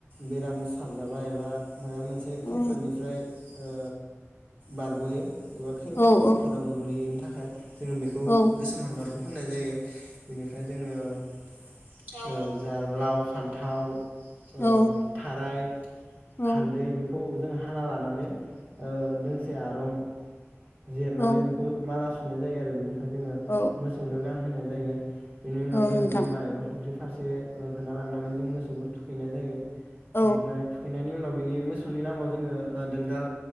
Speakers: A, on the right (about 35°); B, on the left (about 50°).
A: बेराम साबजाबा एबा माबा मोनसे खैफोदनिफ्राय
B: औ
A: ओ बारगयो एबा खैफोदाव
B: औ औ
A: गोग्लैनो थाखाय जोंङो बेखौ
B: औ
A: गोसोम हांगारखौ फुननाय जायो बिनिफ्राय जोंङो ओ जा लाव फान्थाव
B: औ
A: ओ थाराय
B: औ
A: हालदै बेखौ जों हाना लानानै दोंसे आरं जिरनानै
B: औ
A: बेखौ माला सुनाय जायो आरो बेनि जोंङो
B: औ
A: मोसौनो गान होनाय जायो बेनि उनाव
B: औ
A: जोंङो
B: नोंथां
A: दैमा एबा फुख्रि फारसे ओ होना लांनानै जों मोसौखौ थुखैनाय जायो
B: औ
A: बेनिफ्राय थुखै खांनायनि उनाव बिनि मोसौनि नामाव जोंङो दोनदाल